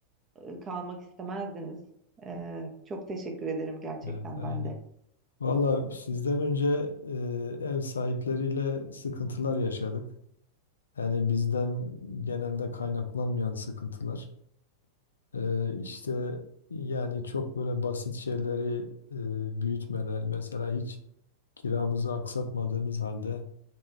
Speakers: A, on the right (about 25°); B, on the left (about 70°).
A: e, kalmak istemezdiniz. Ee, çok teşekkür ederim gerçekten
B: Evet, aynen.
A: ben de.
B: Valla sizden önce e, ev sahipleriyle sıkıntılar yaşadık. Yani bizden genelde kaynaklanmayan sıkıntılar. E, işte yani çok böyle basit şeyleri e, büyütmeler. Mesela hiç kiramızı aksatmadığımız halde